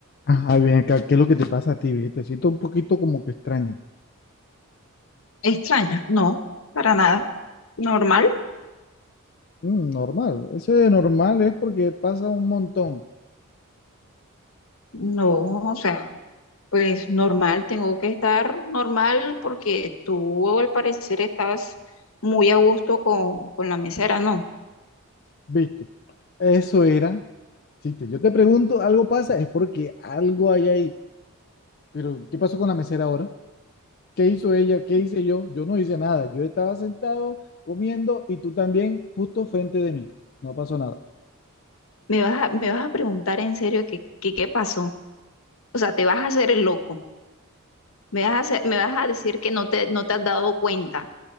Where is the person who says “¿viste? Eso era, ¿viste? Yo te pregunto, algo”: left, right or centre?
Left